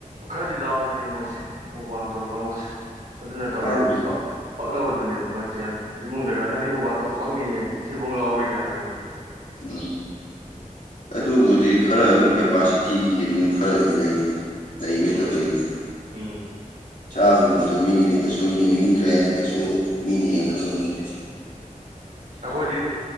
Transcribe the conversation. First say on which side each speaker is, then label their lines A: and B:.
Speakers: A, on the right; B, on the left.
A: ꯈꯔꯗꯤ ꯂꯥꯎꯏꯅꯦ ꯃꯣꯏꯁꯦ ꯃꯨꯛꯕꯥꯡ ꯇꯧꯕ ꯀꯥꯡꯕꯨꯁꯦ ꯑꯗꯨꯅ ꯇꯧꯇꯤꯝꯅꯤ
B: ꯂꯥꯎꯗꯨ
A: ꯄꯛ ꯄꯛꯅꯕꯗꯨꯅꯦꯕ ꯃꯣꯏ ꯈꯤꯇꯪ ꯏꯃꯨꯡꯗꯒ ꯅꯪꯗꯤ ꯃꯨꯛꯕꯥꯡ ꯇꯧꯕ ꯄꯛꯅꯤꯍꯦ ꯊꯤꯕꯣꯡ ꯂꯥꯎꯏꯒ ꯍꯥꯏꯔꯒ
B: ꯎꯝ ꯑꯗꯨꯕꯨꯗꯤ ꯈꯔ ꯑꯗꯨꯝ ꯀꯦꯄꯥꯁꯤꯇꯤꯒꯤ ꯑꯗꯨꯝ ꯈꯔꯗꯤ ꯂꯩ ꯂꯩꯕꯩ
A: ꯎꯝ
B: ꯇꯧꯔꯛꯏꯅꯦ
A: ꯎꯝ
B: ꯆꯥꯕꯒꯨꯝ ꯑꯣ ꯃꯤꯒꯤꯗꯤ ꯀꯩꯁꯨ ꯌꯦꯡꯅꯤꯡꯗ꯭ꯔꯦ ꯍꯥꯏꯅ ꯀꯩꯁꯨ ꯃꯤꯅ ꯌꯦꯡꯉꯛꯀꯗꯕ ꯅꯠꯇꯦ
A: ꯑꯈꯣꯏꯗꯤ